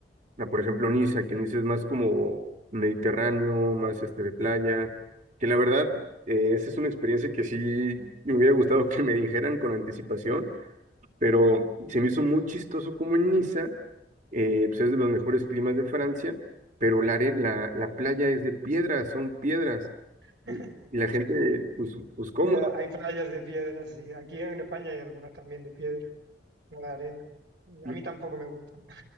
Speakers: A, on the right; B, on the right.
A: A, por ejemplo, Niza, que Niza es más como mediterráneo, más este de playa, que la verdad, eh, esa es una experiencia que sí me hubiera gustado <laughs> que me dijeran con anticipación pero se me hizo muy chistoso como en Niza, eh, pues es de los mejores climas de Francia, pero la, are- la, la playa es de piedras, son piedras,
B: <laughs>
A: y y la gente, pues, pues cómoda,
B: Ya hay playas de piedra, sí. Aquí en España hay algunas también de piedra, no de arena. Y a
A: y,
B: mí tampoco me gustan.